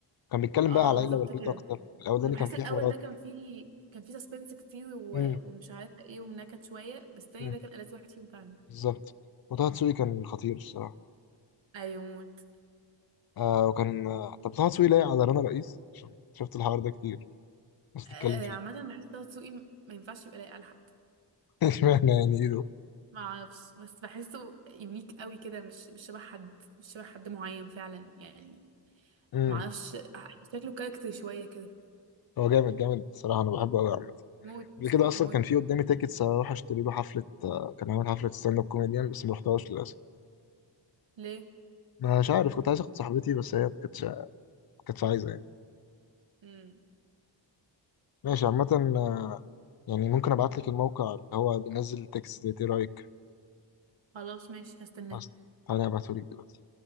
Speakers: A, on the left; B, on the right.
A: كان بيتكلم
B: اه
A: بقى على
B: بالظبط
A: العيله والبيت
B: كده
A: اكتر الاولاني
B: كنت بحس
A: كان فيه
B: الاول
A: حوارات
B: ده كان فيه كان فيه سسبنس كتير و...
A: امم
B: ومش عارفه ايه ونكت شويه بس التاني
A: أمم.
B: ده كان ألذ واحد فيهم فعلا
A: بالظبط وطه دسوقي كان خطير الصراحه
B: ايوه موت
A: آه وكان آه، طب طه دسوقي لايق على رنا رئيس عشان شفت الحوار ده كتير بس
B: آه
A: تتكلم فيه
B: عامه بحس طه دسوقي م- ما ينفعش يبقى لايق على حد
A: <laughs> اشمعنى يعني ايه ده
B: ما اعرفش بس بحسه يونيك قوي كده مش مش شبه حد مش شبه حد معين فعلا يعني
A: امم
B: ما اعرفش شكله كاركتر شويه كده
A: هو جامد جامد الصراحه انا بحبه قوي عامه
B: موت
A: قبل كده اصلا
B: موت
A: كان في قدامي تيكتس اروح اشتري له حفله آه، كان عامل حفله ستاند اب كوميديان بس ما رحتهاش للاسف
B: ليه
A: مش عارف كنت عايز اخد صاحبتي بس هي ما كانتش ما كانتش عايزه يعني.
B: امم
A: ماشي عامة آه، يعني ممكن ابعت لك الموقع اللي هو بينزل التكست ده ايه رأيك؟
B: خلاص ماشي هستناه
A: بس تعالى ابعته لك دلوقتي